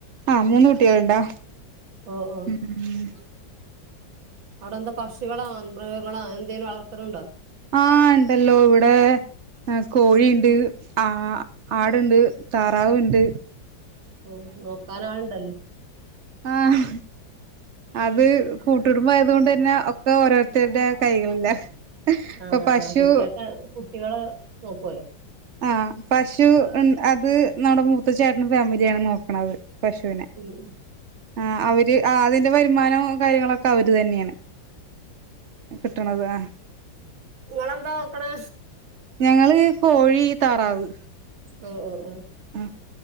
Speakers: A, on the right; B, on the right.
A: ആഹ് മൂന്ന് കു ട്ടികൾ ഉണ്ടോ
B: ഓഹ് ഓഹ്
A: ഉം.
B: അവിടെ എന്താ പക്ഷികളോ മൃഗങ്ങളോ എന്തേലും വളർത്തണണ്ടോ.
A: ആഹ് ഇണ്ടല്ലോ ഇവിടെ കോഴിണ്ട് ആ ആടിണ്ട് താറാവിണ്ട്
B: ഓ നോക്കാൻ ആളിണ്ടല്ലോ
A: ആഹ് അത് കൂട്ടുടുമ്പം ആയത് കൊണ്ട് തന്നെ ഒക്കെ ഓരോരുത്തരുടെ കൈകളിലാ ഇപ്പൊ
B: ആ
A: പശു
B: കുട്ടികക്ക് കുട്ടികള് നോക്കുവല്ലോ
A: ആഹ് പശു അത് നടെ മൂത്ത ചേട്ടൻ ഫാമിലായാണ് നോ <unintelligible> പശുവിനെ
B: ഉം ഉം.
A: ആ അവര് ആ അതിൻ്റെ <unintelligible> തീരുമാനോ കാര്യങ്ങളൊക്കെ അവര് തന്നെയാണ് കിട്ടണത് ആ
B: നിങ്ങളെന്താ നോക്കണെ
A: ഞങ്ങള് കോഴി തറാവ്
B: ഓ ഓ ഓ
A: ആ